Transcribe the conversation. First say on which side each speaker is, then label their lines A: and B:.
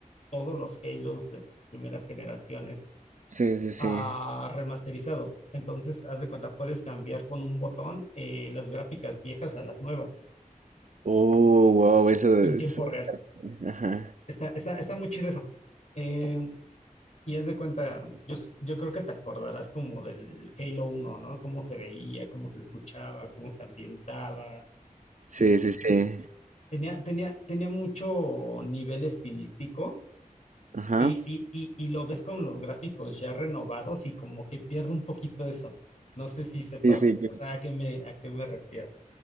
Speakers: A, on the left; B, on the right.
A: todos los Halos de las primeras generaciones
B: Sí, sí, sí,
A: ah, remasterizados. Entonces, haz de cuenta, puedes cambiar con un botón eh, las gráficas viejas a las nuevas
B: oh, wow, eso
A: en
B: es,
A: tiempo real.
B: ajá,
A: Está, está, está muy chido eso. Eh, y haz de cuenta, yo, s- yo creo que te acordarás como del Halo uno, ¿no? Cómo se veía, cómo se escuchaba, cómo se ambientaba.
B: sí,
A: Y,
B: sí, sí,
A: y Tenía, tenía, tenía mucho nivel estilístico
B: ajá,
A: y, y, y, y lo ves con los gráficos ya renovados y como que pierde un poquito eso. No sé si sepan
B: sí, sí,
A: a qué me, a qué me refiero.